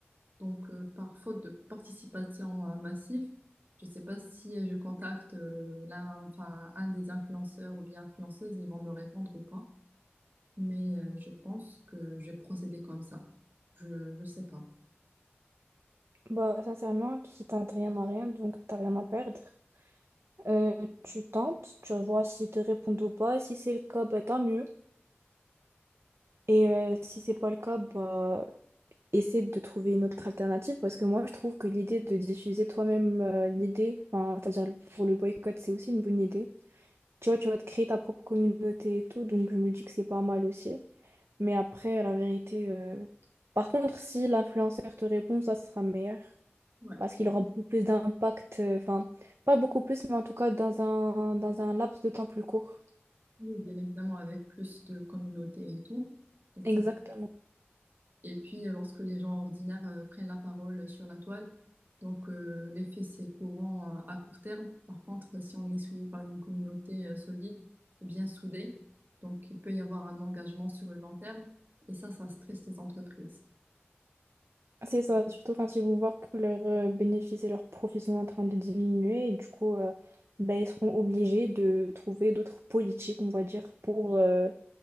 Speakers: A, on the right; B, on the right.
A: Donc, euh, par faute de participation euh, massive, je ne sais pas si euh, je contacte euh, l'un, enfin, un des influenceurs ou bien influenceuses, ils vont me répondre ou pas. Mais euh, je pense que je vais procéder comme ça. Je ne sais pas.
B: Bah, sincèrement, qui tente rien à rien, donc t'as rien à perdre. Euh, tu tentes, tu vois s'ils te répondent ou pas. Si c'est le cas, bah, tant mieux. Et euh, si c'est pas le cas, bah, essaie de trouver une autre alternative parce que moi, je trouve que l'idée de diffuser toi-même euh, l'idée, enfin, c'est-à-dire pour le boycott, c'est aussi une bonne idée. Tu vois, tu vas te créer ta propre communauté et tout, donc je me dis que c'est pas mal aussi. Mais après, la vérité. euh, Par contre, si l'influenceur te répond, ça sera meilleur.
A: Ouais.
B: Parce qu'il aura beaucoup plus d'impact. euh, Enfin, pas beaucoup plus, mais en tout cas, dans un, dans un laps de temps plus court.
A: Oui, bien évidemment, avec plus de communauté et tout. Donc,
B: Exactement.
A: ça Et puis, euh, lorsque les gens ordinaires euh, prennent la parole sur la toile, donc euh, l'effet, c'est courant euh, à court terme. Par contre, si on est suivi par une communauté euh, solide, eh bien soudée, donc il peut y avoir un engagement sur le long terme. Et ça, ça stresse les entreprises.
B: C'est ça, surtout quand ils vont voir que leurs euh, bénéfices et leurs profits sont en train de diminuer. Et du coup, euh, ben, ils seront obligés de trouver d'autres politiques, on va dire, pour, euh,